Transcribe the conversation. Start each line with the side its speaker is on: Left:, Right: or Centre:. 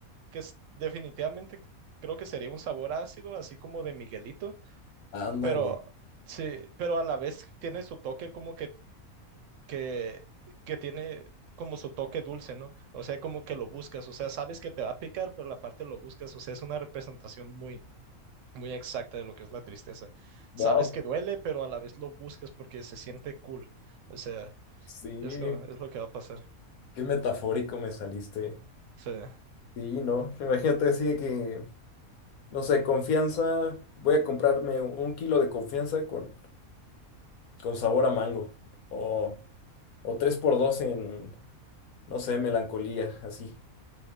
Right: que es, definitivamente creo que sería un sabor ácido, así como de Miguelito,
Left: Ándale.
Right: pero sí, pero a la vez tiene su toque como que que, que tiene como su toque dulce, ¿no? O sea, como que lo buscas, o sea, sabes que te va a picar, pero la parte lo buscas, o sea, es una representación muy, muy exacta de lo que es la tristeza.
Left: Wow.
Right: Sabes que duele, pero a la vez lo buscas porque se siente cool, o sea,
Left: Sí,
Right: es, como- es lo que va a pasar.
Left: qué metafórico me saliste.
Right: O sea,
Left: Sí, no. Imagínate así de que, no sé, confianza. Voy a comprarme un kilo de confianza con, con sabor a mango. O O tres por dos en, no sé, melancolía, así,